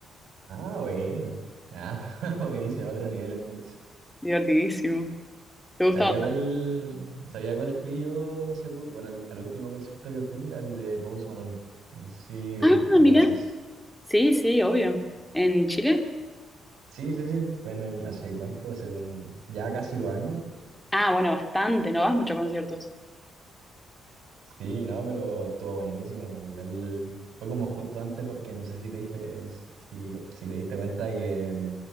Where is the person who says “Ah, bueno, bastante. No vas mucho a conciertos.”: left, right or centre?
Centre